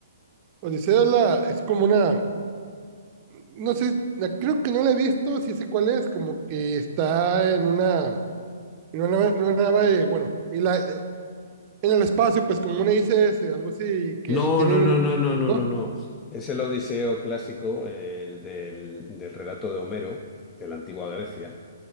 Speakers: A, on the right (about 30°); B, on the left (about 15°).
A: Odisea es, la, es como una, no sé, la- creo que no la he visto, sí sé cuál es, como que está en una, en una, nave- en una nave, bueno, y la, en el espacio, pues como una ICS, algo así, que
B: No,
A: tienen,
B: no, no, no, no, no,
A: ¿no?
B: no, no. Es el Odiseo clásico, el del, del relato de Homero, de la antigua Grecia,